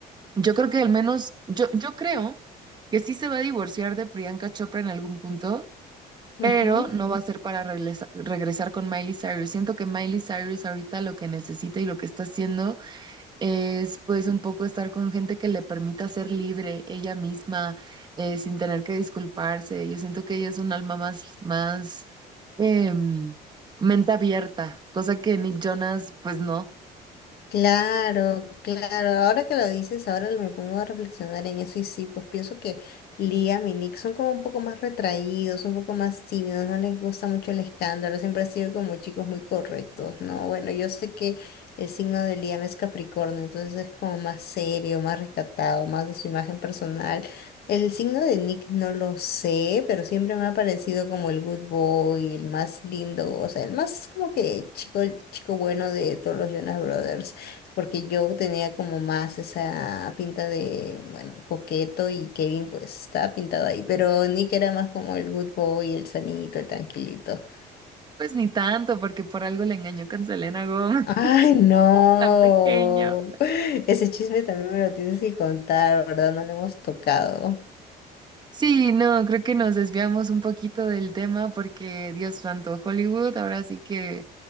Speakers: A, on the right (about 25°); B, on the left (about 70°).
A: yo creo que al menos, yo, yo creo que sí se va a divorciar de Priyanka Chopra en algún punto, pero
B: ujú.
A: no va a ser para regresa- regresar con Miley Cyrus. Siento que Miley Cyrus ahorita lo que necesita y lo que está haciendo es pues un poco estar con gente que le permita ser libre ella misma, eh, sin tener que disculparse. Yo siento que ella es un alma más, más em, mente abierta, cosa que Nick Jonas pues no,
B: Claro, claro. Ahora que lo dices, ahora me pongo a reflexionar en eso y sí, pues pienso que Liam y Nick son como un poco más retraídos, un poco más tímidos, no les gusta mucho el escándalo, siempre han sido como chicos muy correctos, ¿no? Bueno, yo sé que el signo de Liam es Capricornio, entonces es como más serio, más rescatado, más de su imagen personal. El signo de Nick no lo sé, pero siempre me ha parecido como el good boy, el más lindo, o sea, el más como que chico, chico bueno de todos los Jonas Brothers porque yo tenía como más esa pinta de, bueno, coqueto y Kevin pues estaba pintado ahí, pero Nick era más como el good boy, el sanito, el tranquilito.
A: pues ni tanto, porque por algo le engañó con Selena Gómez, <laughs>
B: Ay, no.
A: tan pequeño.
B: <laughs> Ese chisme también me lo tienes que contar, ¿verdad? No lo hemos tocado.
A: Sí, no, creo que nos desviamos un poquito del tema porque Dios santo, Hollywood, ahora sí que